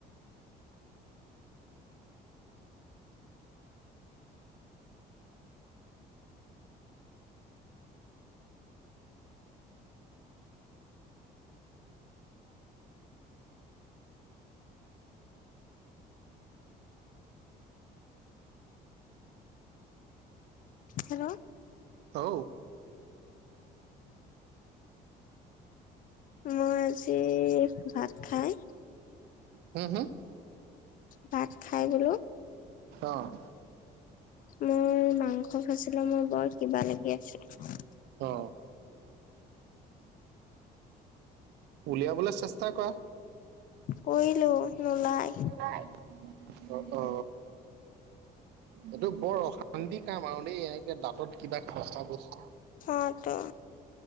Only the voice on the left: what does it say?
হেল্ল?
মই আজি ভাত খাই
ভাত খাই বোলো
মোৰ মাংস ফাইছিলে, মোৰ বৰ কিবা লাগি আছিল।
কৰিলো নোলাই
অ টো